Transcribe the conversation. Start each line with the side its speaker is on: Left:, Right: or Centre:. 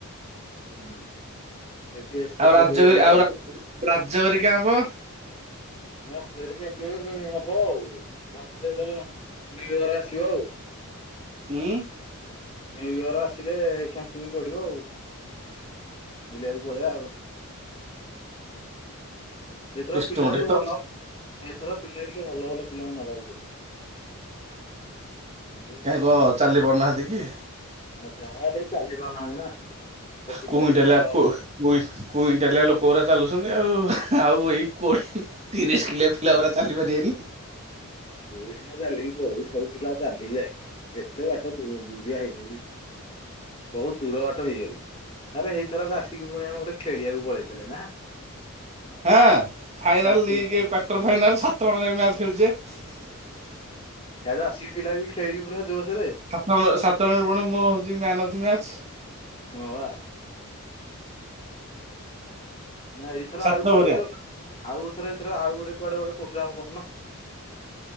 Left: ହୁଁ ସେ ପିଆଜ ଟିକେ
Right: ଆଉ
Left: ଖାଇଦବୁ
Right: ରାଜଗିରି
Left: ଗଲେ
Right: ଆଉ ରାଜଗରି କିଆଁମ୍ପ।
Left: ରାଜଗିରି କ୍ୟମ୍ପିଂ ହବ ଆଉ। ଆଉ ତାହେଲେ ନିୟୁ ୟେରରେ ଆସିବ ଆଉ।
Right: ହୁଁ।
Left: ନ୍ୟୁ ଇୟର ଆସିଲେ କ୍ୟାମ୍ପିଙ୍ଗ ପଡିବ ଆଉ ବୁଲିବାକୁ ପଳେଇବା ଆଉ। ଏଥର
Right: ସିଷ୍ଟମ
Left: ପିଲା
Right: ଟିକେ
Left: ସବୁ ଭଲ
Right: ତ
Left: ଏଥର ପିଲା ଟିକେ ଭଲ ଭଲ ପିଲାଙ୍କୁ ନେବାକୁ ପଡିବ। ଏ
Right: କାହିଁ କଣ ଚାଲି ପାରୁନାହାନ୍ତି କି।
Left: ଆରେ ଯାହା ହେଲେ ବି ଚାଲି ପାରୁନାହାନ୍ତି ନା। ତ ପିଲା
Right: କୁଇଁଣ୍ଟାଲେ
Left: ଟିକେ ଭଲ
Right: ଆକୁ କୁଇ କୁଇଁଟାଲିଆ ଲୋକଗୋରା ଚାଲୁଚନ୍ତି ଆଉ ଆଉ ଏଇ କୋଡି ତିରିଶ କିଲିଆ ପିଲା ଗୋରା ଚାଲିପାରିବେନି।
Left: ମୁଁ ସିନା ଚାଲିକି ପଳଉଚି ସବୁ ପିଲା ଚାଲିକି ଯାଇପାରୁ ନାହାନ୍ତି ଏତେ ବାଟ ଦୁ ଦୁରିଆ ହେଇଯାଉଚି। ବୋହୁତ ଦୂର ବାଟ ହେଇଯାଉଚି। ଆରେ ହେଇ ଥରକ ଆସିକି ଫୁଣି ଆମେ ଗୋଟେ ଖେଳିବାକୁ ପଳେଇଥିଲେ ନା।
Right: ହାଁ final
Left: champion
Right: league quarter final ସାତ ଜଣ ଯାଇ ମ୍ୟାଚ୍ ଖେଳିଚେ।
Left: ହିଆଡୁ ଆସିକି ପିଲା ବି ଖେଳିକି ପୁରା ଜୋସୋରେ।
Right: ସାତ ଜଣ ସତ ଜଣ ପୁଣି ମୁଁ ହୋଉଚି ମ୍ୟାନ ଅଫ ଦି ମ୍ୟାଚ।
Left: ହଁ ବା। ନାଁଇ ଏଇଥର
Right: ସାତ
Left: ଆଉ କୁଆଡେ
Right: ଭରିଆ
Left: ଗୋଟେ ଆଉ ଏଥର ଥର ଆଉ ଗୋଟେ କୁଆଡେ ଗୋଟେ ପ୍ରୋଗ୍ରାମ କରୁନ।